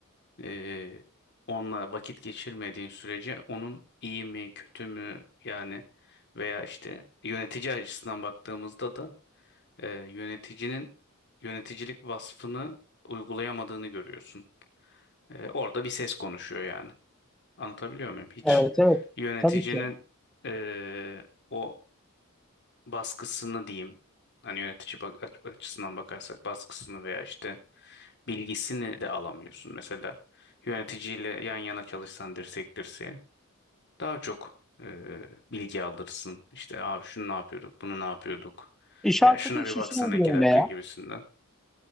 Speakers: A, on the left; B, in the centre.
A: e, onunla vakit geçirmediğin sürece onun iyi mi kötü mü yani veya işte yönetici açısından baktığımızda da e, yöneticinin yöneticilik vasfını uygulayamadığını görüyorsun. E, orada bir ses konuşuyor yani. Anlatabiliyor muyum? Hiç
B: Evet evet
A: yöneticinin
B: tabii ki.
A: e, o baskısını diyeyim. Hani yönetici bak açısından bakarsak baskısını veya işte bilgisini de alamıyorsun. Mesela yöneticiyle yan yana çalışsan dirsek dirseğe daha çok e, bilgi alırsın. İşte abi şunu ne yapıyorduk, bunu ne yapıyorduk.
B: İş
A: Ya
B: arkadaşı
A: şuna bir baksana
B: için
A: iki
B: de öyle
A: dakika
B: ya.
A: gibisinden.